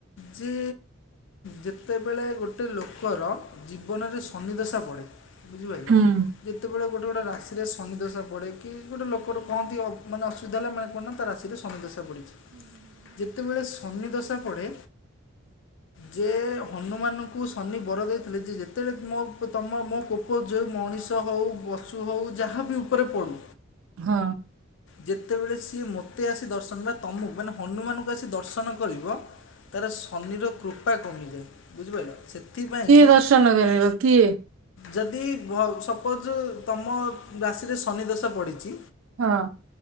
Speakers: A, on the left; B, on the right.
A: ଯେ ଯେତେବେଳେ ଗୋଟେ ଲୋକର ଜୀବନରେ ଶନିଦଶା ପଡ଼େ। ବୁଝିପାରିଲ,
B: ହୁଁ
A: ଯେତେବେଳେ ଗୋଟେ ଗୋଟେ ରାଶିରେ ଶନି ଦଶା ପଡେ କି, ଗୋଟେ ଲୋକର କହନ୍ତି, ମାନେ ତାହେଲେ, ମାର୍କ କରୁନ ତା ରାଶିରେ ଶନିଦଶା ପଡ଼ିଛି, ଯେତେବେଳେ ଶନି ଦୋସ ପଡ଼େ ଯେ, ହନୁମାନଙ୍କୁ ଶନି ବର ଯେ, ଯେତେବେଳେ <unintelligible> ତମ ମୋ କୁପୋଉ ମଣିଷ ହଉ <unintelligible> ହଉ, ଯାହାବି ଉପରେ ପଡୁ।
B: ହଁ
A: ଯେତେବେଳେ ସିଏ ମୋତେ ଆସି ଦର୍ଶନ, ବା ତମକୁ, ମାନେ, ହନୁମାନଙ୍କୁ ଆସି ଦର୍ଶନ କରିବ ତାର ଶନିର କୃପା କମିଯାଏ, ବୁଝିପାରିଲ, ସେଥିପାଇଁ କି
B: ଦର୍ଶନଗରରେ କିଏ
A: ଯଦି, ଭ ସପୋଜ ତମ ରାଶିରେ ଶନିଦଶା ପଡ଼ିଛି।
B: ହଁ